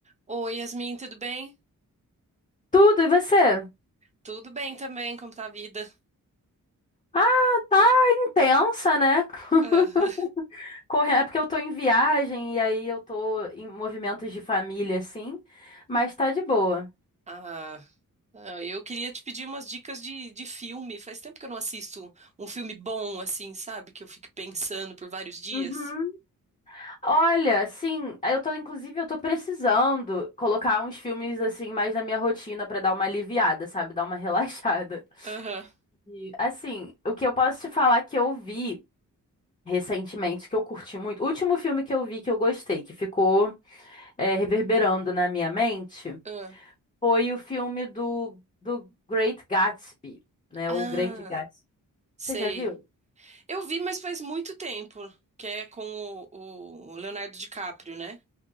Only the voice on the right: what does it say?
Oi, Yasmin, tudo bem?
Tudo bem também, como tá a vida?
Ah,
<laughs> ah, ah, eu queria te pedir umas dicas de, de filme. Faz tempo que eu não assisto um filme bom, assim, sabe? Que eu fique pensando por vários dias.
Aham.
ah.
Ah,
sei.
Eu vi, mas faz muito tempo, que é com o, o Leonardo DiCaprio, né?